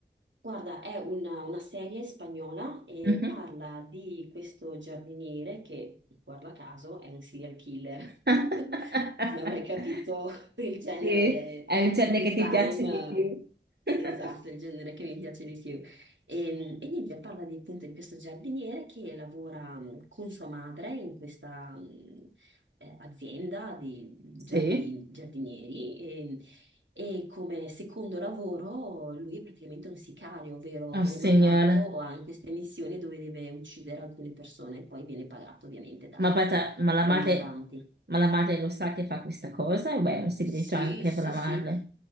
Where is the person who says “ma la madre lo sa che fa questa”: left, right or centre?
Right